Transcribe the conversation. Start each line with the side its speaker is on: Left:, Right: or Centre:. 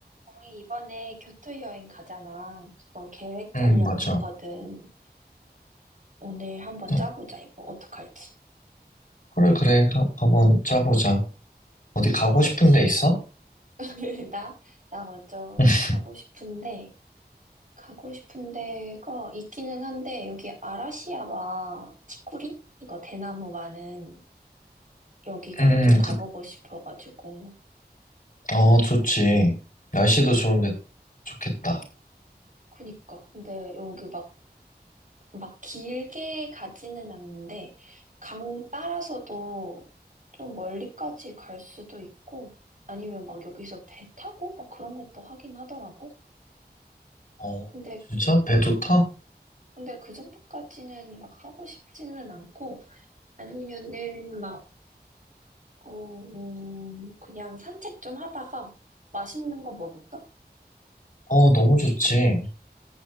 Right: 우리 이번에 교토 여행 가잖아. 그거 계획 짜려고
Left: 응, 맞아.
Right: 하거든. 오늘 한번
Left: 어,
Right: 짜보자, 이거. 어떡할지.
Left: 그래, 그래. 가- 한번 짜보자. 어디 가고
Right: 너
Left: 싶은
Right: 혹시?
Left: 데 있어?
Right: <laughs> 나? 나 먼저
Left: <laughs>
Right: 가고 싶은데, 가고 싶은 데가 있기는 한데, 여기 아라시야마 치쿠리? 이거 대나무 많은 여기가
Left: 응,
Right: 좀
Left: 응,
Right: 가보고
Left: 그,
Right: 싶어가지고.
Left: 어, 좋지. 날씨도 좋은데 좋겠다.
Right: 그니까. 근데 여기 막 막 길게 가지는 않는데, 강 따라서도 좀 멀리까지 갈 수도 있고, 아니면 막 여기서 배 타고 막 그런 것도 하긴 하더라고.
Left: 어,
Right: 근데,
Left: 진짜? 배 좋다?
Right: 근데 그 정도까지는 막 하고 싶지는 않고, 아니면은 막, 어, 음, 그냥 산책 좀 하다가 맛있는 거 먹을까?
Left: 어, 너무 좋지.